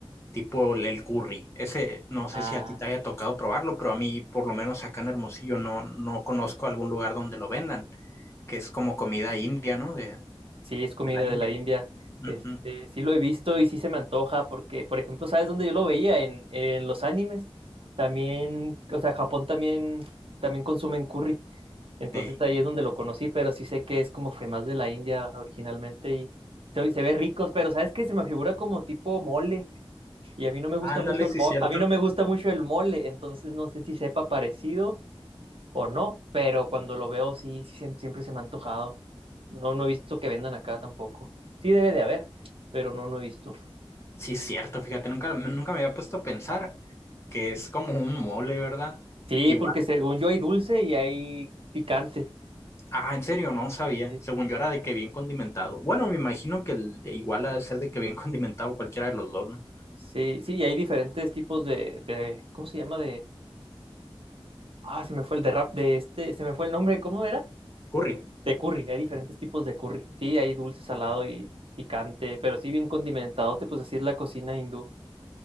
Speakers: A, on the left; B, on the right.
A: tipo el, el curry. Ese, no sé
B: Ah,
A: si a ti te haya tocado probarlo, pero a mí, por lo menos acá en Hermosillo, no, no conozco algún lugar donde lo vendan, que es como comida india, ¿no? De,
B: sí, es comida
A: de la
B: de
A: India.
B: la India.
A: Ujú.
B: Este, sí lo he visto y sí se me antoja porque, por ejemplo, ¿sabes dónde yo lo veía? En, en los animes. También, o sea, Japón también, también consumen curry. Entonces
A: Ey.
B: ahí es donde lo conocí, pero sí sé que es como que más de la India originalmente y se, se ve ricos, pero ¿sabes qué? Se me figura como tipo mole y a mí no me gusta
A: Ándale,
B: mucho el
A: sí,
B: mole,
A: es cierto.
B: a mí no me gusta mucho el mole, entonces no sé si sepa parecido o no, pero cuando lo veo sí, sí siem- siempre se me ha antojado. No, no he visto que vendan acá tampoco. Sí debe de haber, pero no, no he visto.
A: Sí, es cierto, fíjate, nunca, nunca me había puesto a pensar que es como un mole, ¿verdad?
B: Sí,
A: Igual.
B: porque según yo hay dulce y hay picante.
A: Ah, en serio, no sabía.
B: Sí,
A: Según yo era de que bien condimentado. Bueno, me imagino que el- igual ha de ser de que bien <laughs> condimentado cualquiera de los dos, ¿no?
B: sí, sí, y hay diferentes tipos de, de ¿cómo se llama? Ah, se me fue el de rap de este, se me fue el nombre, ¿cómo era?
A: Curry.
B: De curry, hay diferentes tipos de curry. Sí, hay dulce, salado y picante, pero sí bien condimentadote, pues así es la cocina hindú.